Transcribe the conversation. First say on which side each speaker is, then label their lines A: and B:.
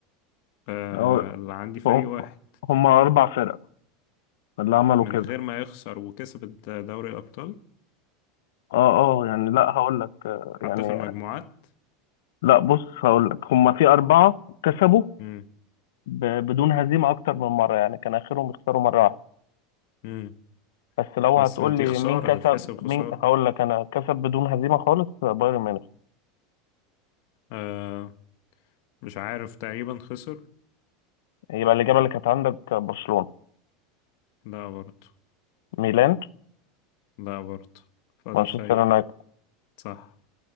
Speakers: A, on the left; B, on the left.
A: آه،
B: اه
A: اللي عندي فريق
B: اه
A: واحد
B: هما أربع فرق اللي عملوا
A: من
B: كده
A: غير ما يخسر وكسب دوري الأبطال
B: اه اه يعني لا هقول لك آه،
A: حتى
B: يعني
A: في المجموعات
B: لا بص هقول لك هما في أربعة كسبوا
A: مم.
B: ب- بدون هزيمة أكتر من مرة يعني كان آخرهم يخسروا مرة واحدة
A: مم.
B: بس لو
A: بس
B: هتقول
A: دي
B: لي
A: خسارة
B: مين كسب
A: تتحسب خسارة
B: مين هقول لك انا كسب بدون هزيمه خالص بايرن ميونخ
A: آه، مش عارف تقريبا خسر
B: يبقى الاجابه اللي كانت عندك برشلونه
A: لا برضه
B: ميلان
A: لا برضه فضل
B: مانشستر
A: فريق
B: يونايتد
A: صح